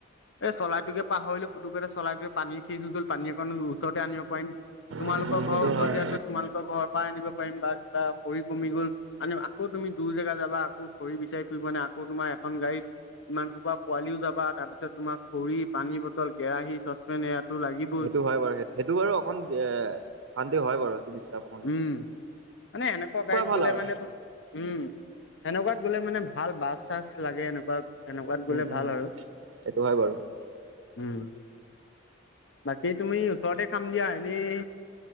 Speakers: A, on the left (about 65°); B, on the right (about 85°).
A: এই চলাইটোকে পাহৰিলোঁ পুটুকেতে চৰাইটোৱে পানী শেষ হৈ গল পানী অকণ ওচৰতে আনিব পাৰিম তোমালোকৰ
B: উম, সেইটো
A: ঘৰৰ ওচৰতে
B: হয়।
A: আছে তোমালোকৰ ঘৰৰ পৰা আনিব পাৰিম বা কিবা খৰি কমি গ'ল আন আকৌ তুমি দূৰ জেগা যাব আকৌ খৰি বিচাৰি ফুৰিবা নে আকৌ তোমাৰ এখন গাড়ীত ইমান বা পোৱালিও যাব তাৰ পিছত তোমাৰ খৰি পানী বটল কেৰাহী চচপেন এইয়াটো লাগিব
B: সেইটো হয় বাৰু সেই সেইটো বাৰু অকণ বেয়া অশান্তি হয় বাৰু সেইটোৰ
A: উমঁ, মানে এনেকুৱা গাড়ীত
B: ভাল
A: গ'লে
B: আৰু
A: মানে তো- উমঁ, সেনেকুৱাত গ'লে মানে ভাল বাছ-চাছ লাগে এনেকুৱা- তেনেকুৱাত গ'লে
B: উম
A: ভাল
B: উম
A: আৰু
B: সেইটো হয় বাৰু
A: উমঁ। বাকী তুমি ওচৰতে খাম দিয়া এনেই